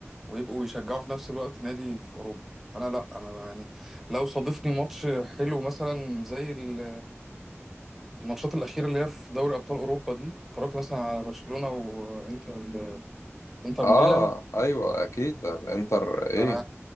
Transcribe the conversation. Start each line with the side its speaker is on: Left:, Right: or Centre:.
Centre: ويبقوا يشجعوا في نفس الوقت نادي في اوروبا انا لا انا يعني لو صادفني ماتش حلو مثلا زي ال- الماتشات الاخيره اللي هي في دوري ابطال اوروبا دي اتفرجت مثلا على برشلونه وانتر انتر
Left: اه
Centre: ميلان
Left: ايوه اكيد ده الانتر ايه
Centre: ف-